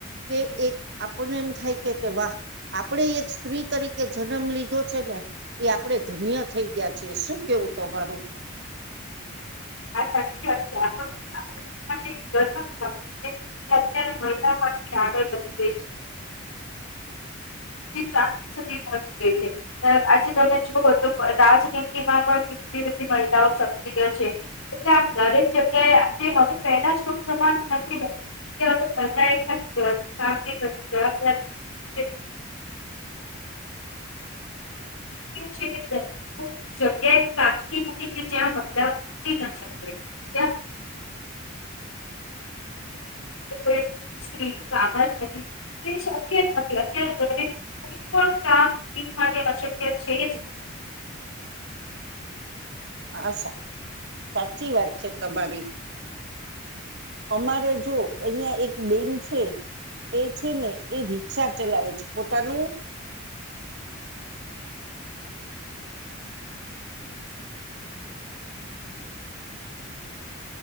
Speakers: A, on the right; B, on the left.
A: કે એક આપણને એમ થાય કે કે વાહ આપડે એક સ્ત્રી તરીકે જન્મ લીધો છે ને એ આપડે ધન્ય થઈ ગયા છે. શું કેવું તમારું?
B: હા સાચી વાત છે આપ ગર્ત છે કે અત્યારે મહિલાઓથી આગળ વધી ગઈ છે <inaudible> સુધી પહોંચી ગઈ છે. આજે તમે જુઓ તો રાજનીતિમાં પણ કેટલી બધી મહિલાઓ સક્રિય છે. એટલે આ દરેક જગ્યાએ આજે હવે પહેલા એવું જમાનું નથી રહ્યું કે <inaudible> જવાબદારી એવું હવે કેવું છે કે કો <inaudible> જગ્યા એ નથી કે જ્યાં <inaudible> શકે ચ ચ તોઈ સ્ત્રીનું કામ જ નથી તે શક્ય નથી અત્યારે દરેક કોઈ પણ કામ માટે અશક્ય છે જ
A: હા સા સાચી વાત છે. તમારી અમારે જો અહિયાં એક બેન છે એ છે ને એ રિક્ષા ચલાવે છે પોતાનું